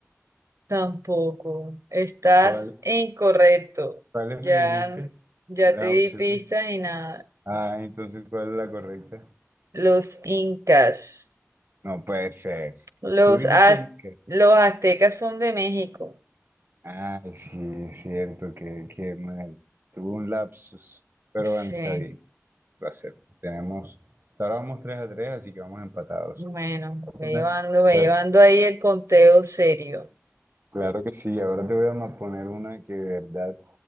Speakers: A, on the right; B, on the right.
A: tampoco. Estás
B: ¿cuál,
A: incorrecto.
B: cuáles
A: Ya,
B: me dijiste?
A: ya
B: Las
A: te di
B: opciones.
A: pistas y nada.
B: Ah, entonces, ¿cuál es la correcta?
A: Los incas.
B: No puede ser.
A: Los,
B: Tú dijiste
A: az-
B: Inca.
A: los aztecas son de México.
B: Ay, sí, es cierto, que qué mal. tuvo un lapsus, pero
A: Sí.
B: bueno, está bien, lo acepto. Tenemos, ahora vamos 3 a tres así que vamos empatados.
A: Bueno, ve
B: poner-
A: llevando, ve
B: Cla-
A: llevando ahí el conteo serio.
B: Claro que sí, ahora te voy a ma- poner una que de verdad